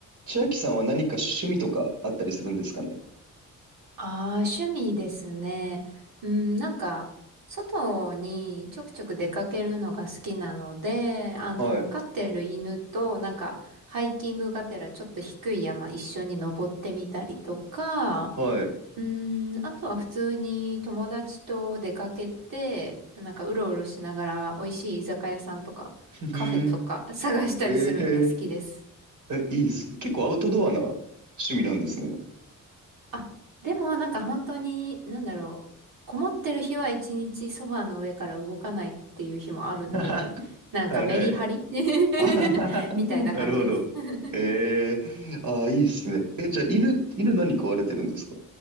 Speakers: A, on the right; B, on the right.
A: 千秋さんは何か趣味とかあったりするんですかね
B: ああ、趣味ですね。うん、なんか、外にちょくちょく出かけるのが好きなので、あの、
A: はい、
B: 飼ってる犬と、なんか、ハイキングがてらちょっと低い山一緒に登ってみたりとか、
A: はい。
B: うん、あとは普通に友達と出かけて、なんか、うろうろしながら美味しい居酒屋さんとか、
A: ふふーん。
B: カフェとか探したりするのが好きです。
A: えええ、いいっすね結構アウトドアな趣味なんですね。
B: あでもなんか本当に、なんだろう、こもってる日は一日ソファーの上から動かないっていう日もあるんで、
A: <laughs>
B: なんかメリハリ
A: はいはい。<laughs>
B: <laughs>
A: あはははなるほど。
B: みたいな感じです。<laughs>
A: えーあーいいっすね。え、じゃあ犬、犬何飼われてるんですか